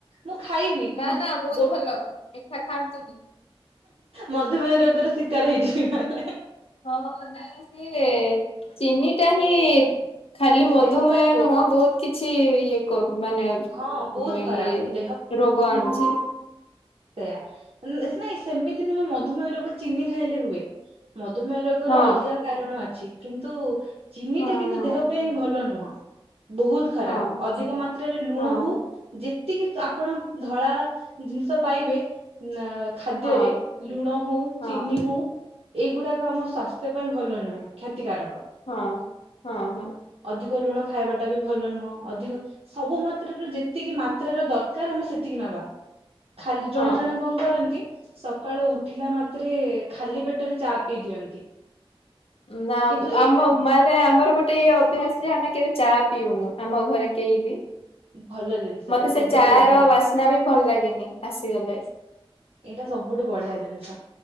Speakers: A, on the right (about 75°); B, on the left (about 75°).
A: ମୁଁ ଖାଇବି କିନ୍ତୁ
B: ନା ନା ବହୁତ
A: ଗୋଟା
B: ଭଲ ମିଠା ଖାଆନ୍ତୁନି।
A: ମଧୁମେହ ରୋଗର ଶିକାର ହେଇଯିବି ନା।
B: ହଁ ନା ସେ ଚିନି ଟା ହିଁ ଖାଲି ମଧୁମେହ
A: ଦେହ ପାଇଁ
B: ନୁହଁ ବହୁତ କିଛି ଇଏ କ ମାନେ
A: ହଁ ବହୁତ
B: ମେ
A: ଖରାପ
B: ଇଏ ରୋଗ ଆଣୁଛି।
A: ସେଇୟା ନାଇଁ ସେମିତି ନୁହେଁ ମଧୁମେହ ରୋଗ ଚିନି ଖାଇଲେ ହୁଏ। ମଧୁମେହ ରୋଗର
B: ହଁ
A: ଅଲଗା କାରଣ ଅଛି କିନ୍ତୁ ଚିନିଟା
B: ହଁ
A: କିନ୍ତୁ
B: ହଁ
A: ଦେହ ପାଇଁ ଭଲ ନୁହଁ। ବହୁତ ଖରାପ
B: ହଁ
A: ଅଧିକ ମାତ୍ରାରେ ଲୁଣ
B: ହଁ
A: ହଉ ଯେ ଏତିକି ତ ଆପଣ ଧଳା ପାଇବେ ନା ଖାଦ୍ୟରେ
B: ହଁ
A: ଲୁଣ ହଉ
B: ହଁ
A: ଚିନି ହଉ ଏଇଗୁଡାକ ଆମ ସ୍ୱାସ୍ଥ୍ୟ ପାଇଁ ଭଲ ନୁହେଁ ଖା ତିକାରକ
B: ହଁ ହଁ ହଁ
A: ଅଧିକ ଲୁଣ ଖାଇବାଟା ବି ଭଲ ନୁହଁ ଅଧିକ ସବୁ ମାତ୍ରାର ଯେତିକି ମାତ୍ରାର ଦରକାର ଆମେ ସେତିକି ନବା। ଖାଲି ଜଣେ
B: ହଁ।
A: ଜଣେ କଣ କରନ୍ତି। ସକାଳେ ଉଠିଲା ମାତ୍ରେ ଖାଲି ପେଟରେ ଚା ପିଇ ଦିଅନ୍ତି।
B: ନା
A: କିନ୍ତୁ
B: ଆମ
A: ଏଇଟା
B: ମାନେ ଆମର ଗୋଟେ ଏଇ ଅଭ୍ୟାସ ଯେ ଆମେ କେବେ ଚା ପିଉନୁ ଆମ ଘରେ କେହି ବି।
A: ଭଲ ଜିନିଷ
B: ମତେ
A: ଏଟା
B: ସେ
A: ସବୁଠୁ
B: ଚା'
A: ବଢିଆ
B: ର
A: ଜିନିଷ
B: ବାସ୍ନା ବି ଭଲ ଲାଗେନି ଆସିଗଲେ।
A: ଏଇଟା ସବୁଠୁ ବଢିଆ ଜିନିଷ